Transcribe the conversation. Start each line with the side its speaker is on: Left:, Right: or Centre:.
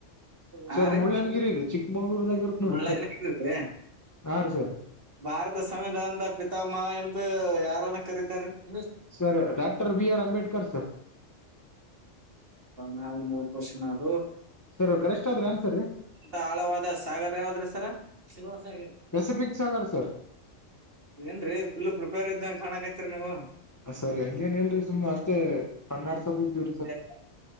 Right: ಹಾ
Left: ಸರ್
Right: ರೀ
Left: ಮುಳ್ಳನಗಿರಿ ಚಿಕ್ಕಮಂಗಳೂರ್ದಾಗ ಇರುತ್ ನೋಡ್ರಿ
Right: ಮುಳ್ಳಯ್ಯನಗಿರಿ
Left: ಸರ್
Right: ರೀ
Left: ಹಾ ರೀ ಸರ್
Right: ಭಾರತ ಸಂವಿಧಾನದ ಪಿತಾಮಹ ಎಂದು ಯಾರನ್ನ ಕರೀತಾರ ರೀ
Left: sir doctor B R Ambedkar sir
Right: ನಾಲ್ ಮೂವರ್ ಕ್ವಾಶನ್ ಅದವು
Left: ಸರ್ ಕರೆಷ್ಟ ಆದ್ ಅನ್ಸರ್ ರೀ
Right: ಮಂತ ಆಳವಾದ ಸಾಗರ ಯಾವದ್ರೀ ಸರ ಶಿವಸಾಗರ್
Left: ಪಿಪಿಕ್ಸಸಾಗರ್ ಸರ್
Right: ಏನ್ರರಿ ಪುಲ್ ಪ್ರಿಪೇರ್ ಇದ್ದಂಗ ಕಾಣಕತ್ರೀ ರೀ ನೀವು
Left: ಸರ್ ಹಂಗೇನ್ ಹೇಳರಿ ಸುಮ್ಮ್ ಅಷ್ಟೇ ಕಣ್ಣಾಡ್ಸಗ್ದಿವ್ರಿ ಸರ್
Right: ಹ